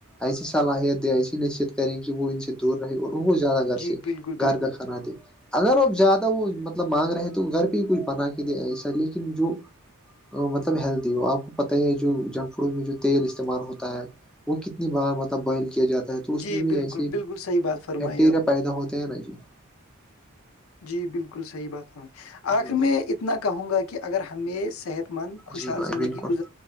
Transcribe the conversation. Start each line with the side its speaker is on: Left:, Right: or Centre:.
Centre: ایسی صلاحیت دیں ایسی نصیت کریں کہ وہ ان سے دور رہے اور ان کو زیادہ گھر
Left: جی
Centre: سے
Left: بالکل
Centre: گھر
Left: بالکل
Centre: کا کھانا دے اگر آپ زیادہ وہ مطلب مانگ رہے تو گھر پہ ہی کچھ بنا کے دے ایسا لیکن جو مطلب ہیلدی ہو آپ کو پتہ ہی ہے جو جنک فوڈ میں جو تیل استعمال ہوتا ہے وہ کتنی بار مطلب بئل کیا جاتا تو اس
Left: جی
Centre: میں بھی
Left: بالکل
Centre: ایسے
Left: بالکل صحیح بات فرمائی
Centre: بیکٹیریا
Left: آپ نے
Centre: پیدا ہوتے ہیں نا جی
Left: جی بالکل صحیح بات
Centre: جی
Left: آخر میں اتنا کہوں گا کہ اگر ہمیں صحت مند خوشحال
Centre: جی بھائی
Left: زندگی
Centre: بالکل